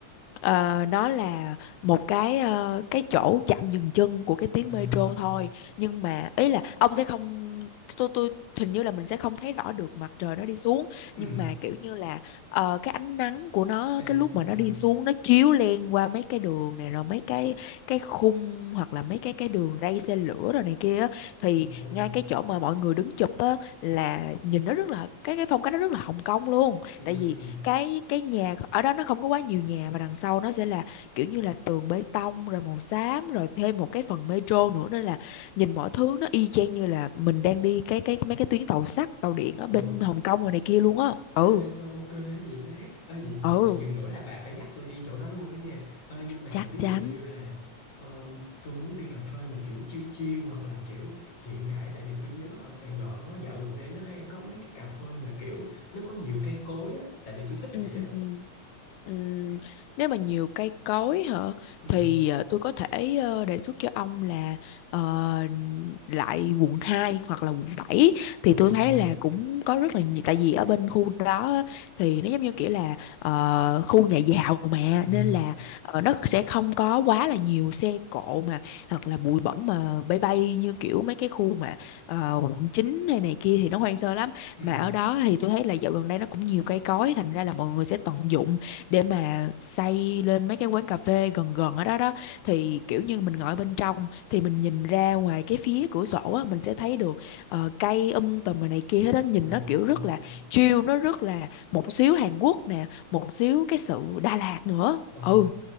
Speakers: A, on the left (about 85°); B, on the left (about 55°).
A: Ờ, nó là một cái ờ, cái chỗ chạm dừng chân của cái tuyến
B: À,
A: metro thôi nhưng mà ý là ông sẽ không tôi tôi hình như là mình sẽ không thấy rõ được mặt trời nó đi xuống
B: ừ,
A: nhưng mà kiểu như là ờ, cái ánh nắng của nó
B: à,
A: cái lúc mà nó đi xuống nó chiếu len qua mấy cái đường này rồi mấy cái cái khung hoặc là mấy cái cái đường ray xe lửa rồi này kia á, thì
B: ồ,
A: ngay cái chỗ mà mọi người đứng chụp á là nhìn nó rất là cái cái phong cách nó rất là Hồng Kông luôn
B: ừ,
A: tại vì cái cái nhà ở đó nó không có quá nhiều nhà mà đằng sau nó sẽ là kiểu như là tường bê tông rồi màu xám rồi thêm một cái phần metro nữa nên là nhìn mọi thứ nó y chang như là mình đang đi cái cái mấy cái tuyến tàu sắt tàu điện ở
B: ờ,
A: bên Hồng Kông rồi này kia luôn á
B: ê
A: ừ
B: sao ok vậy má? Ê vậy,
A: ừ
B: vậy chừng nữa là bà phải dắt tôi đi chỗ đó luôn á nha. Ê nhưng mà
A: chắc
B: ví
A: chắn
B: dụ như là ờm, tôi muốn đi cà phê mà kiểu chill chill hoặc là kiểu hiện đại tại vì tôi nhớ ở Sài Gòn á, dạo gần đây nó hay có mấy cái cà phê mà kiểu nó có nhiều cây cối á, tại vì tôi thích
A: ừ
B: vậy
A: ừ
B: á
A: ừ Ừm, nếu mà nhiều cây cối hả
B: ừ
A: thì ờ, tôi có thể ờ, đề xuất cho ông là ờ, lại quận 2 hoặc là quận bảy
B: ờ
A: thì tôi thấy là cũng có rất là nhiều tại vì ở bên khu đó á, thì nó giống như kiểu là ờ, khu nhà giàu mà
B: ừ
A: nên là ờ, nó sẽ không có quá là nhiều xe cộ mà hoặc là bụi bẩn mà bay bay như kiểu mấy cái khu mà ờ, quận 9 hay này kia thì nó hoang sơ lắm
B: ừ
A: mà ở đó thì tôi thấy là dạo gần đây nó cũng nhiều cây cối thành ra là mọi người sẽ tận dụng để mà xây lên mấy cái quán cà phê gần gần ở đó đó thì kiểu như mình ngồi bên trong thì mình nhìn ra ngoài cái phía cửa sổ á, mình sẽ thấy được ờ, cây um tùm rồi này kia hết đó nhìn
B: ồ
A: nó kiểu rất là chill nó rất là một xíu Hàn Quốc nè một xíu cái sự Đà Lạt nữa
B: ờ
A: ừ